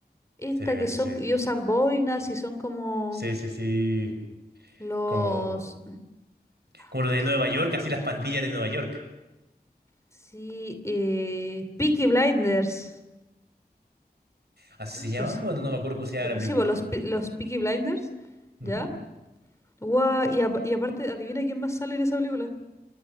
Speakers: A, on the left; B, on the right.
A: esta
B: Se la cacho,
A: que son
B: sí.
A: y usan boinas y son como
B: Sí, sí, sí.
A: los,
B: Como, como
A: ¿cómo
B: lo de
A: se-
B: Nueva York, así las pandillas de Nueva York.
A: sí, eh, Peaky Blinders,
B: ¿Así se llama?
A: los,
B: Bueno, no me acuerdo cómo se llama la película.
A: sí, pues, los, pe- los Peaky Blinders,
B: Ujú.
A: ¿ya? Guau, y, apa- y aparte, adivina quién más sale en esa película,